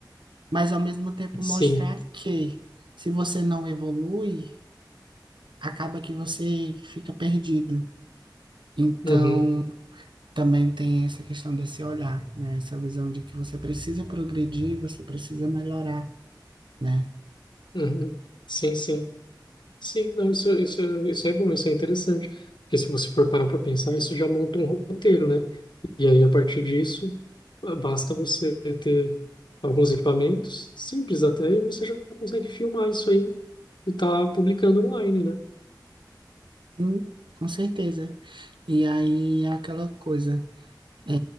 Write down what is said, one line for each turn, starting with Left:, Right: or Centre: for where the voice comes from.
Right: Mas ao mesmo tempo
Left: sim,
Right: mostrar que se você não evolui, acaba que você fica perdido. Então,
Left: uhum,
Right: também tem essa questão desse olhar, né? Essa visão de que você precisa progredir, você precisa melhorar, né?
Left: uhum, sim, sim, sim, não, isso, isso, isso é bom, isso é interessante, porque se você for parar para pensar, isso já monta um roteiro, né? E aí, a partir disso, basta você ter alguns equipamentos, simples até, e você já consegue filmar isso aí e tá publicando online, né?
Right: Sim, com certeza. E aí é aquela coisa É,